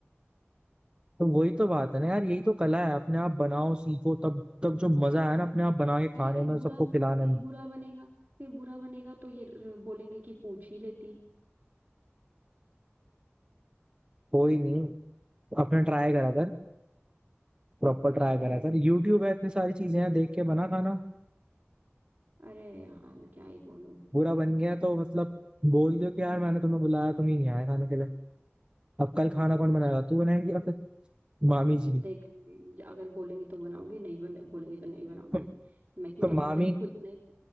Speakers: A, on the right; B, on the right.
A: तो वही तो बात है ना यार यही तो कला है अपने आप बनाओ सीखो तब तब जो मजा है ना अपने आप बना के खाने
B: अरे फिर
A: में
B: बुरा
A: सबको खिलाने
B: फिर
A: में
B: बुरा बनेगा फिर बुरा बनेगा तो ये र- बोलेंगे कि पूछ ही लेती
A: कोई नहीं अपने ट्राई करा कर प्रॉपर ट्राई करा कर यूट्यूब है इतनी सारी चीजें हैं देख के बना खाना
B: अरे यार क्या ही बोलूं
A: बुरा बन गया तो मतलब बोल दो कि यार मैंने तुम्हें बुलाया तुम ही नहीं आए खाने के लिए अब कल खाना कौन बनाएगा तू बनाएंगी या फिर मामी जी
B: देखेंगे ज- अगर बोलेंगी तो बनाऊंगी नहीं बने, बोलेंगी तो नहीं बनाऊंगी
A: <laughs>
B: मैं क्यों
A: तो
B: जाऊं
A: मामी
B: जब खुद ने